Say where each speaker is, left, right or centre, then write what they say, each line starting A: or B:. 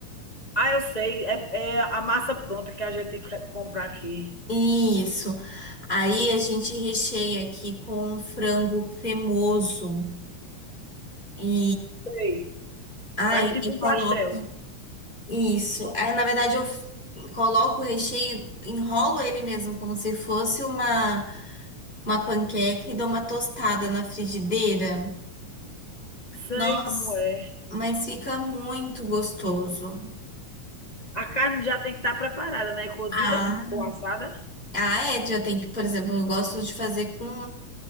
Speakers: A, on the left (about 75°); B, on the left (about 15°).
A: Ah, eu sei. É, é a massa pronta que a gente compra aqui.
B: Isso. Aí a gente recheia aqui com um frango cremoso e
A: Sei.
B: ai,
A: Faz tipo
B: e coloca
A: um pastel.
B: Isso. Aí, na verdade, eu f- coloco o recheio, enrolo ele mesmo como se fosse uma, uma panqueca e dou uma tostada na frigideira.
A: Sei
B: Nossa,
A: como é.
B: mas fica muito gostoso.
A: A carne já tem que estar preparada, né? Cozida
B: Ah,
A: ou assada.
B: ah, é, já tem que, por exemplo, eu gosto de fazer com